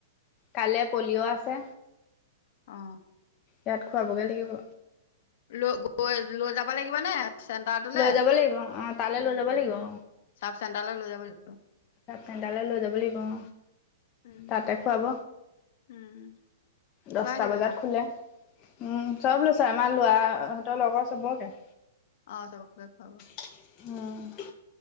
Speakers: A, on the left; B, on the left.
A: কাইলৈ পলিঅ' আছে
B: অ।
A: ইয়াত খোৱাবগে লাগিব।
B: ল গৈ লৈ যাব লাগিব নে। চেণ্টাৰটোলে?
A: লৈ যাব লাগিব অ তালে
B: উম,
A: লৈ যাব লাগিব অ।
B: চাব চেন্টাৰলৈ লৈ যাব
A: চাব চেন্টাৰলৈ লৈ যাব লাগিব অ
B: উম,
A: তাতে খুৱাব
B: উম, খুৱাই
A: দছটা
B: দিবা
A: বজাত
B: নাপ
A: খোলে উম চব লৈছে আমাৰ লৰা হঁতৰ লগৰ চবকে
B: অ চবকে খুৱাবো
A: অহ